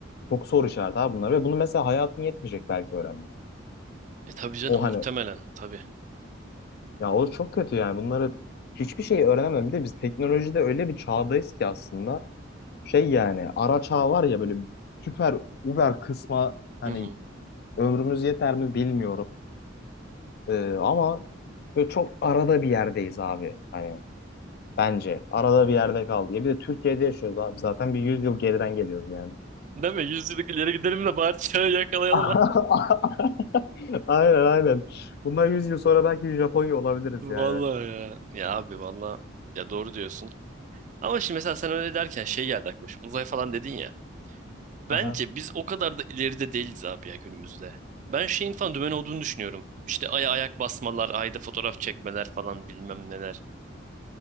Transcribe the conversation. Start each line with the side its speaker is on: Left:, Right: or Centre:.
Left: çok soru işareti abi bunlar. Ve bunu mesela hayatın yetmeyecek belki öğrenmeye.
Right: E tabii canım
Left: O
Right: muhtemelen
Left: hani
Right: tabii.
Left: ya o çok kötü yani. Bunları hiçbir şey öğrenemem. Bir de biz teknolojide öyle bir çağdayız ki aslında. Şey yani ara çağ var ya böyle süper Uber kısma hani
Right: Hı hı.
Left: ömrümüz yeter mi bilmiyorum. Ee, ama böyle çok arada bir yerdeyiz abi. Hani bence arada bir yerde kaldı. Ya bir de Türkiye'de yaşıyoruz abi. Zaten bir 100 yıl geriden geliyoruz yani.
Right: Değil mi? Yüzyıllık ileri gidelim de bari çağı yakalayalım.
Left: <laughs> Aynen aynen. Bundan 100 yıl sonra belki Japonya olabiliriz
Right: Vallahi
Left: yani.
Right: ya. Ya abi valla ya doğru diyorsun. Ama şimdi mesela sen öyle derken şey geldi aklıma. Şimdi uzay falan dedin ya. Bence
Left: Aha.
Right: biz o kadar da ileride değiliz abi ya günümüzde. Ben şeyin falan dümen olduğunu düşünüyorum. İşte aya ayak basmalar, ayda fotoğraf çekmeler falan bilmem neler.